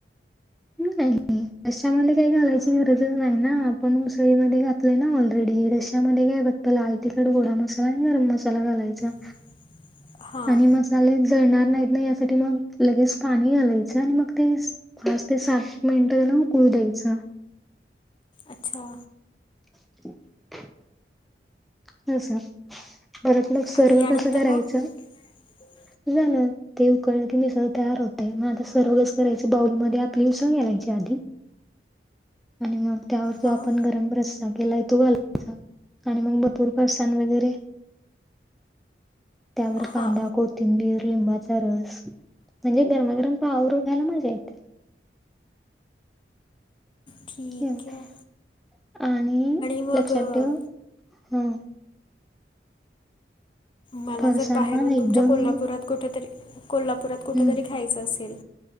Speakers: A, in the centre; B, on the left.
A: <unintelligible> रस्स्या मध्ये काही घालायची गरजच नाही ना, आपण उसळीमध्ये घातलंय ना ऑलरेडी रस्या मध्ये काय बघ तर लाल तिखट, गोडा मसाला आणि गरम मसाला घालायचा.
B: <inaudible> हां
A: आणि मस्त जळणार नाहीत ना यासाठी मग लगेच पाणी घालायचं आणि मग ते फास्ट ते सात मिनटं ना उकळू द्यायचं.
B: अच्छा!
A: <inaudible> असं, परत मग
B: आणि
A: सर्व
B: यानंतर
A: कसं करायचं
B: <inaudible>
A: झालं. ते उकळलं की मीसळं तयार होते. म आता सर्वस करायचे बाउलमधे आपली उसळ घालायची आधी. आणि मग त्यावर तो
B: हां
A: आपण गरम रस केलाय तो घालायचा, आणि मग भरपूर फसान वगैरे त्यावर
B: हां
A: कांदा, कोत तिंबीर, लिंबाचा रस म्हणजे गरमागरम पावाबरोबर खायला मजा येते.
B: ठीक
A: <unintelligible>
B: आहे
A: आणि
B: मग
A: लक्षात
B: अ,
A: ठेव. हं,
B: मला
A: फरसाणा
B: जर बाहेरून
A: एकदम
B: तुमच्या कोल्हापुरात कुठतरी, कोल्हापूरात कुठतरी
A: हम्म
B: खायच असेल